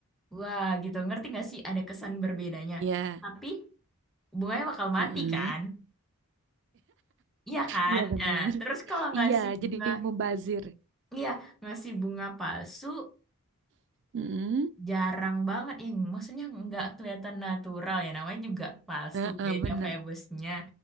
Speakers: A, in the centre; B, on the right.
A: wah gitu ngerti nggak sih ada kesan berbedanya
B: Iya.
A: tapi bunganya bakal mati
B: Mm-mm.
A: kan iya kan
B: Iya bener.
A: nah, terus kalau ngasih
B: Iya, jadi
A: bunga
B: mubazir.
A: iya ngasih bunga palsu
B: Mm-mm.
A: jarang banget ya maksudnya nggak kelihatan natural ya namanya juga palsu
B: Heeh,
A: beda
B: bener.
A: febusnya